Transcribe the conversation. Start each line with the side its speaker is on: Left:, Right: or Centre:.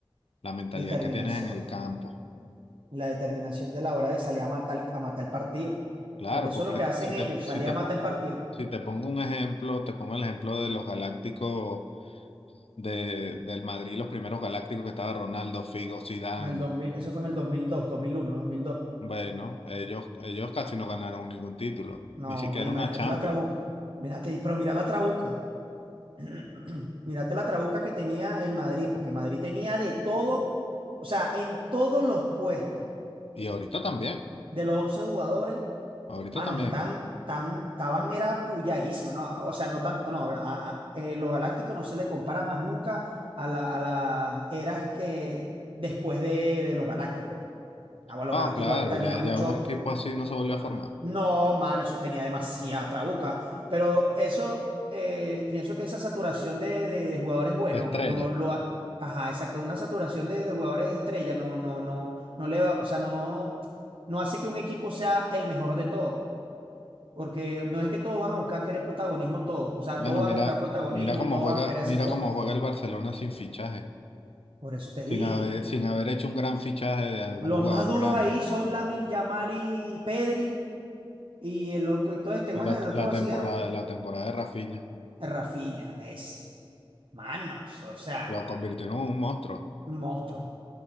Left: La mentalidad
Right: Determinación.
Left: que tienes en el campo.
Right: La determinación de la hora de salir a matar, a matar el partido.
Left: Claro,
Right: Porque eso
Left: porque
Right: es lo que
Left: te-
Right: hacen
Left: si
Right: ellos,
Left: te, si
Right: salir
Left: te,
Right: a matar
Left: po-
Right: el partido.
Left: si te pongo un ejemplo, te pongo el ejemplo de los Galácticos de, del Madrid, los primeros Galácticos que estaba Ronaldo, Figo, Zidane.
Right: En el dos mil eso fue en el dos mil dos dos mil mil uno dos mil dos
Left: Bueno, ellos, ellos casi no ganaron ningún título,
Right: No,
Left: ni siquiera
Right: imagínate
Left: una Champions.
Right: la trabuca. Mírate, pero mira la trabuca. <clears throat> <coughs> Mírate la trabuca que tenía el Madrid, porque Madrid tenía de todo, o sea, en todos los puestos
Left: Y ahorita también,
Right: de los 11 jugadores
Left: ahorita
Right: Manos,
Left: también.
Right: están, tan, estaban, era puyadísimo, ¿no? O sea, no tanto, no, a- a- eh, los galácticos no se le compara más nunca a la, a las eras que después de, de los galácticos. Ah, bueno, los
Left: Ah,
Right: galácticos
Left: claro,
Right: tenían
Left: ya, ya
Right: mucho,
Left: un equipo así no se volvió
Right: ma-
Left: a formar.
Right: no, mano, eso tenía demasiada trabuca, pero eso, eh, pienso que esa saturación de, de, de jugadores buenos,
Left: La estrella.
Right: no lo, ha- ajá, exacto, una saturación de, de jugadores estrella, no, no, no, no le va, o sea, no, no hace que un equipo sea el mejor de todos. Porque no es que todos van a buscar querer protagonismo, todos. O sea,
Left: Bueno,
Right: todos van
Left: mira,
Right: a buscar protagonismo,
Left: mira cómo
Right: todos
Left: juega,
Right: van a querer
Left: mira
Right: hacer todo.
Left: cómo juega el Barcelona sin fichaje,
Right: Por eso te
Left: sin
Right: digo.
Left: haber, sin haber hecho un gran fichaje de algún
Right: Los
Left: jugador
Right: más duros
Left: grande.
Right: ahí son Lamil Yamal y Pedri. Y el loco y todo este, ¿cómo
Left: Y la,
Right: es el otro
Left: la
Right: brasilero?
Left: temporada, la temporada de Rafinha
Right: Eh, Rafinha, es. Manos, o sea,
Left: lo convirtieron en un monstruo.
Right: un monstruo.